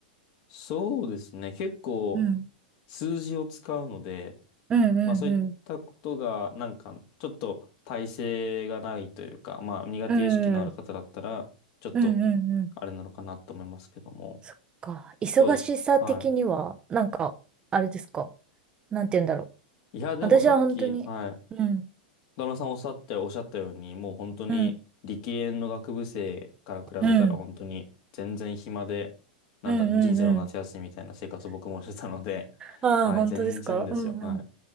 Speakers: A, on the left; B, on the right.
A: そうですね。結構
B: うん。
A: 数字を使うので、
B: うんうん
A: まあそういったことが、なんか、ちょっと耐性がないというか、まあ苦手意識のある方だったら、
B: うん。うん。
A: ちょっと、
B: うんうんうん。
A: あれなのかなと思いますけども。
B: そっか。忙しさ的には、
A: どうですかは
B: なんか、あれですか。なんて言うんだろう。
A: い。いや、でもさっき、
B: 私は本当に、
A: はい。
B: うん、
A: 旦那さんおっしゃっておっしゃったように、もう本当に理系の学部生から比べたら本当に全然暇で、
B: うん、うん、うん、
A: なんだ、
B: うん、
A: 人生の夏休みみたいな生活を僕もしてたので、
B: うん。
A: <laughs>
B: ああ、
A: はい、
B: 本当ですかうんうん。
A: 全然ですよ。はい。